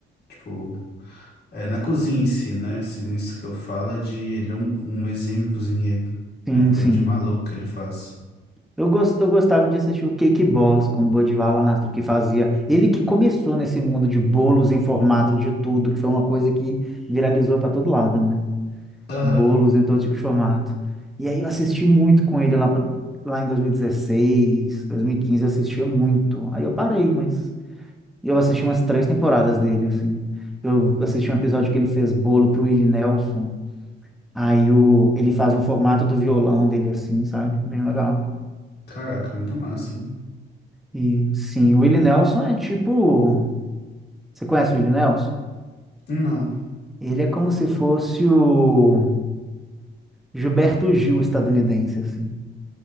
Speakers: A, on the left; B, in the centre.
A: Tipo, É, na cozinha em si, né? Sinistro que eu falo é de ele é um, um exímio cozinheiro.
B: Sim,
A: É coisa
B: sim.
A: de maluco que ele faz.
B: Eu, gos- eu gostava de assistir o Cake Boss com o Bud Valastro, que fazia. Ele que começou nesse mundo de bolos em formato de tudo, que foi uma coisa que viralizou para todo lado, né?
A: Aham.
B: Bolos em todo tipo de formato. E aí eu assisti muito com ele lá, pra- lá em 2016, 2015, eu assistia muito. Aí eu parei, mas eu assisti umas três temporadas dele, assim. Eu assisti um episódio que ele fez bolo pro Willie Nelson. Aí o... ele faz no formato do violão dele, assim, sabe? Bem legal.
A: Caraca, muito massa, hein?
B: E sim, o Willie Nelson é tipo. Você conhece o Willie Nelson?
A: Não.
B: Ele é como se fosse o Gilberto Gil estadunidense, assim.